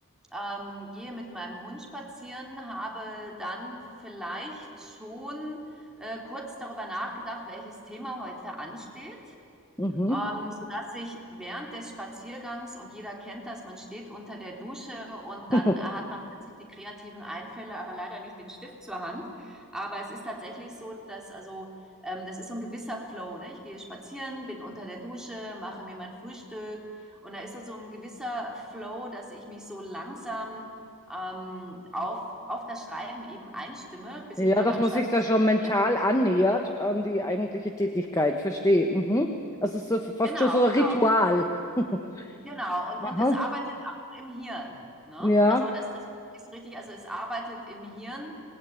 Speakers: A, in the centre; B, on the left.
A: ähm, gehe mit meinem Hund spazieren, habe dann vielleicht schon äh, kurz darüber nachgedacht, welches Thema heute ansteht.
B: mhm.
A: Ähm, sodass ich während des Spaziergangs, und jeder kennt das, man steht unter der Dusche und
B: <laughs>
A: dann äh, hat man plötzlich die kreativen Einfälle, aber leider nicht den Stift zur Hand. Aber es ist tatsächlich so, dass also ähm, das ist so ein gewisser Flow. Ne? Ich gehe spazieren, bin unter der Dusche, mache mir mein Frühstück und da ist so, so ein gewisser Flow, dass ich mich so langsam ähm, auf, auf das Schreiben eben einstimme, bis
B: Ja,
A: ich dann
B: dass
A: am
B: man
A: Schreibtisch
B: sich da schon
A: sitze.
B: mental annähert an die eigentliche Tätigkeit, verstehe. Mhm. Das ist so, fast
A: Genau,
B: schon so
A: genau.
B: ein Ritual. <laughs>
A: Genau, und,
B: Aha.
A: und es arbeitet auch im Hirn. Ne?
B: Ja,
A: Also das, das ist so richtig, also es arbeitet im Hirn